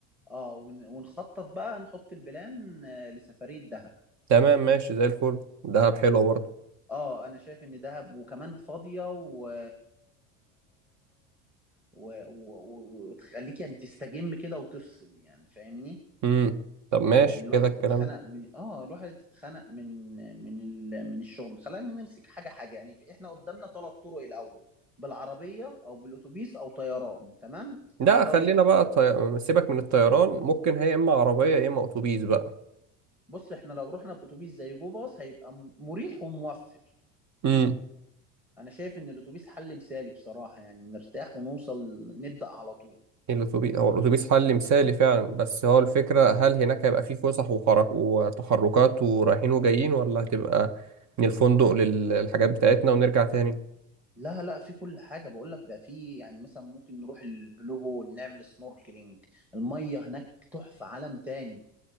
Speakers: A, in the centre; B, on the right.
A: اه ون- ونخطط بقى نحط البلان آه، لسفرية دهب
B: تمام ماشي زي الفل دهب حلوة برضه
A: اه انا شايف ان دهب وكمان فاضية و و... و... و... وتخليك يعني تستجم كده وتفصل يعني فاهمني
B: امم طب ماشي
A: يعني الواحد
B: كده الكلام
A: اتخنق
B: ده
A: من اه الواحد اتخنق من من ال... من الشغل خلينا نمسك حاجه حاجه يعني في احنا قدامنا ثلاث طرق الاول بالعربيه او بالاتوبيس او طيران تمام
B: لا
A: تختار
B: خلينا
A: ايه
B: بقى طي... سيبك من الطيران ممكن هي اما عربية يا اما اتوبيس بقى
A: بص احنا لو رحنا باتوبيس زي جو باص هيبقى م- مريح وموفر
B: امم
A: انا شايف ان الاتوبيس حل مثالي بصراحه يعني نرتاح ونوصل نبدا على طول
B: الاتوبيس هو الاتوبيس حل مثالي فعلا بس هو الفكرة هل هناك هيبقى فيه فسح وخرج وتحركات ورايحين وجايين ولا هتبقى من الفندق للحاجات بتاعتنا ونرجع تاني
A: لا لا في كل حاجه بقول لك ده في يعني مثلا ممكن نروح البلو هول نعمل سنوركلينج الميه هناك تحفه عالم تاني